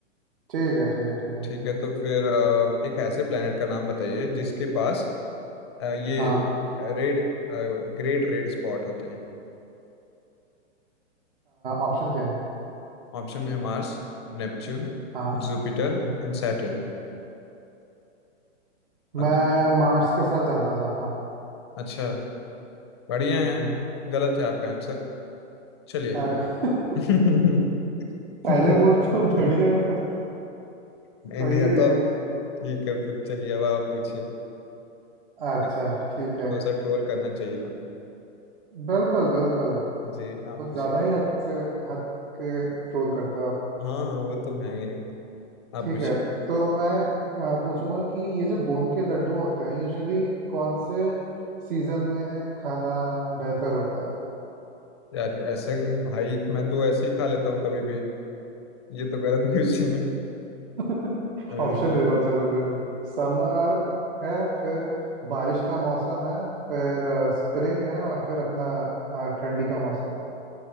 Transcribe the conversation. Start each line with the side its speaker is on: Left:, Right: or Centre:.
Right: ठीक है ठीक है ठीक है
Left: ठीक है तो फिर अ, एक ऐसे प्लेनेट का नाम बताइए जिसके पास अ, ये
Right: हाँ
Left: रेड ग्रेट रेड स्पॉट होते हैं
Right: ऑप्शन क्या है
Left: ऑप्शन में Mars Neptune
Right: हाँ
Left: Jupiter
Right: हम्म,
Left: and Saturn मतलब
Right: मैं मार्स के साथ जाना चाहता हूँ
Left: अच्छा बढ़िया है
Right: हम्म,
Left: गलत है आपका आंसर चलिए
Right: अरे <laughs>
Left: <laughs>
Right: पहले
Left: नहीं
Right: बोल तो बढ़िया है पर
Left: नहीं
Right: सही
Left: या
Right: है
Left: तो
Right: गुरु
Left: आप ठीक है फिर चलिए अब आप पूछिए
Right: अच्छा
Left: नहीं,
Right: ठीक है
Left: थोड़ा सा ट्रोल करना चाहिए ना
Right: बिल्कुल बिल्कुल
Left: जी आप
Right: कुछ
Left: पूछिए
Right: ज्यादा ही हद से हद के ट्रोल करते हो आप
Left: हाँ हाँ वो तो है ही। आप
Right: ठीक
Left: पूछिए
Right: है तो मैं आ, पूछूंगा कि ये जो गोंद के लड्डू होते हैं यूजुअली कौन से सीजन में खाना बेहतर होता है
Left: यार ये ऐसे भाई मैं तो ऐसे ही खा लेता हूँ कभी भी ये तो गलत क्वेश्चन है
Right: <laughs>
Left: अरे
Right: ऑप्शन
Left: भाई
Right: दे रहा हूँ चलो दे दो समर है फिर बारिश का मौसम है फिर स्प्रिंग है और फिर अपना आ, ठंडी का मौसम